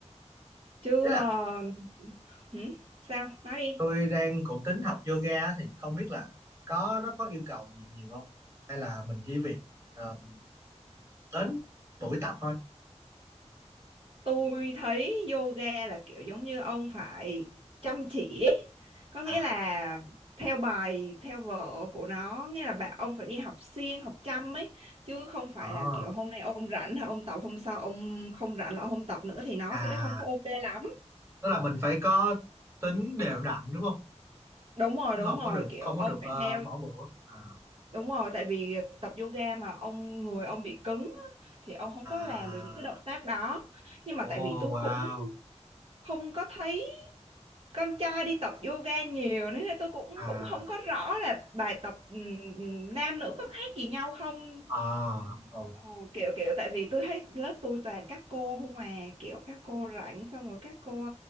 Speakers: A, on the right; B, on the right.
A: chứ
B: thế
A: ờ,
B: là
A: hử? sao nói đi
B: tôi đang cũng tính học yoga thì không biết là có nó có yêu cầu gì nhiều không hay là mình chỉ việc ờ, đến buổi tập thôi
A: Tôi thấy yoga là kiểu giống như ông phải chăm chỉ có nghĩa
B: à
A: là theo bài theo vở của nó nghĩa là bạn ông phải đi học siêng học chăm ấy chứ không phải
B: à,
A: là kiểu hôm nay ông rảnh là ông tập hôm sau ông không rảnh là ông không tập nữa thì nó
B: à
A: sẽ không có ok lắm
B: tức là mình phải có tính đều đặn đúng không
A: đúng rồi
B: chứ
A: đúng
B: không
A: rồi
B: có được
A: kiểu
B: không có
A: ông
B: được
A: phải
B: ờ,
A: theo
B: bỏ bữa à
A: đúng rồi tại vì tập yoga mà ông người ông bị cứng á, thì ông không
B: à
A: có làm được những cái động tác đó nhưng
B: oh
A: mà tại vì tôi
B: wow
A: cũng không có thấy con trai đi tập yoga nhiều nữa tôi cũng
B: à
A: cũng không có rõ là bài tập ừm, nam nữ có khác gì nhau không
B: à oh,
A: Ờ, kiểu kiểu tại vì tôi thấy lớp tôi toàn các cô không mà kiểu các cô rảnh xong rồi các cô